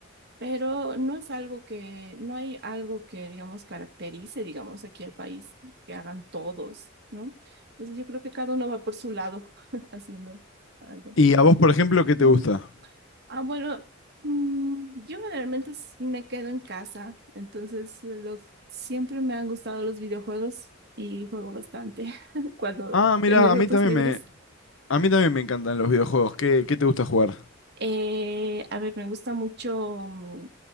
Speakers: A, on the right; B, on the left.
A: Pero no es algo que, no hay algo que, digamos, caracterice, digamos, aquí al país, que hagan todos, ¿no? Entonces yo creo que cada uno va por su lado <laughs> haciendo algo.
B: ¿Y a vos, por ejemplo, qué te
A: Mm.
B: gusta?
A: Ah, bueno, mm, yo generalmente s- me quedo en casa, entonces eh, lo, siempre me han gustado los videojuegos y juego bastante <laughs> cuando
B: Ah, mira,
A: en mis ratos
B: a mí también
A: libres.
B: me, a mí también me encantan los videojuegos. ¿Qué, qué te gusta jugar?
A: Eh, a ver, me gusta mucho mm,